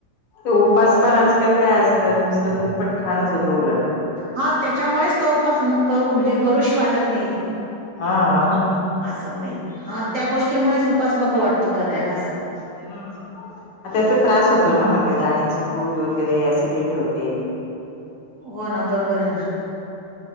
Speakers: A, on the left; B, on the right.
A: तो
B: हम्म.
A: उपास पण आजकाल काय असतं नुसतं दुप्पट खाणच होतं उलट.
B: हा त्याच्यामुळेच तो उपास न- करू म्हणजे करूशी वाटत नाही.
A: हा.
B: असं मेन हा त्या गोष्टीमुळेच उपास नको वाटतो करायला असं.
A: हम्म आता याचा त्रास होतो ना दाण्याच कूट वगैरे ॲसिडिटी होते.
B: हो ना बरोबर आहे ना.